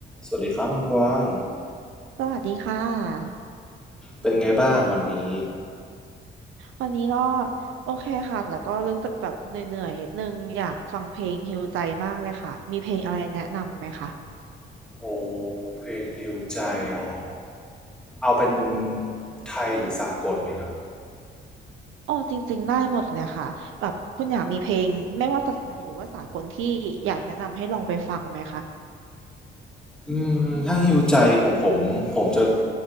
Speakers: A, in the centre; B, on the right (about 85°).
A: สวัสดีครับคุณกว้าง
B: สวัสดีค่ะ
A: เป็นไงบ้างวันนี้
B: วันนี้ก็โอเคค่ะแล้วก็รู้สึกแบบเหนื่อยๆนิดนึงอยากฟังเพลงฮีลใจมากเลยค่ะมีเพลงอะไรแนะนำไหมคะ
A: โอ้เพลงฮิวใจเหรอ เอาเป็นไทยหรือสากลดีครับ
B: อ๋อจริงๆได้หมดเลยค่ะแบบคุณอยากมีเพลงไม่ว่าจะไทยหรือว่าสากลที่อยากแนะนำให้ลองไปฟังไหมคะ
A: อืมถ้าฮิวใจของผมผมจะ